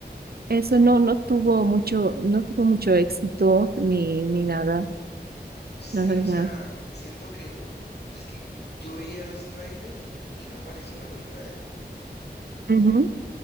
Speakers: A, on the right; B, on the left.
A: Eso no, no tuvo mucho, no tuvo mucho éxito ni, ni nada,
B: Sí,
A: la verdad.
B: o sea, siento que ah, es que yo veía los trailers y no parecía una película de él.
A: Ujú,